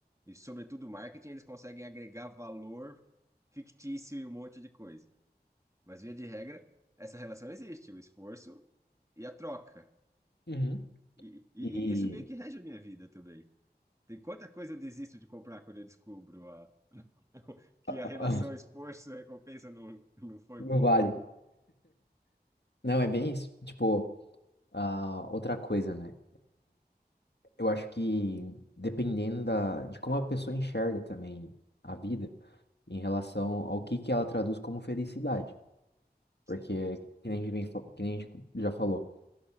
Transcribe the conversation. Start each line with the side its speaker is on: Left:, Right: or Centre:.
Right: e sobretudo marketing, eles conseguem agregar valor fictício e um monte de coisa. Mas, via de regra, essa relação existe, o esforço e a troca.
Left: uhum.
Right: E, e-
Left: E
Right: e isso meio que rege a minha vida também. Tem quanta coisa eu desisto de comprar quando eu descubro a, <laughs> que
Left: ah,
Right: a relação
Left: ah,
Right: esforço-recompensa não, não foi
Left: não
Right: boa.
Left: vale Não, é bem isso. Tipo, ah, outra coisa, né? Eu acho que dependendo da, de como a pessoa enxerga também a vida em relação ao que que ela traduz como felicidade.
Right: Sim,
Left: Porque, que nem a gente, vem fa- que nem a gente já falou,